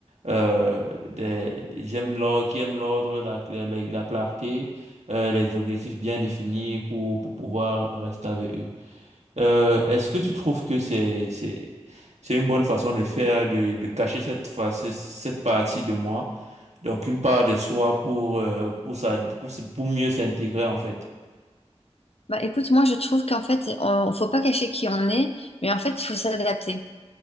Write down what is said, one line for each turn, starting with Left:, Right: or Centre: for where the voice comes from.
Right: euh, des- j'aime l'ordre, qui aime l'ordre, la, la- la clarté, euh, les objectifs bien définis pour, pour pouvoir rester avec eux. Euh, est-ce que tu trouves que c'est, c'est, c'est une bonne façon de faire, de, de cacher cette face, cette partie de moi, donc une part de soi pour, euh, pour, ça, pour, se- pour mieux s'intégrer en fait?
Left: Bah écoute, moi je trouve qu'en fait, on, faut pas cacher qui on est, mais en fait, il faut s'adapter.